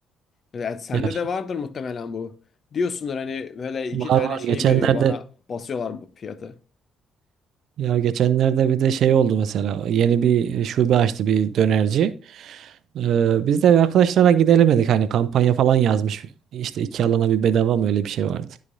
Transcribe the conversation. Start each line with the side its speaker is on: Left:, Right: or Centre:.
Left: Evet, sende
Right: Ya
Left: de vardır muhtemelen bu. Diyorsundur hani böyle iki
Right: var
Left: tane
Right: var.
Left: şey
Right: Geçenlerde
Left: veriyor bana basıyorlar bu fiyatı.
Right: Ya geçenlerde bir de şey oldu mesela yeni bir şube açtı bir dönerci. Ee, biz de arkadaşlara gidelim hani kampanya falan yazmış. işte iki alana bir bedava mı öyle bir şey vardı.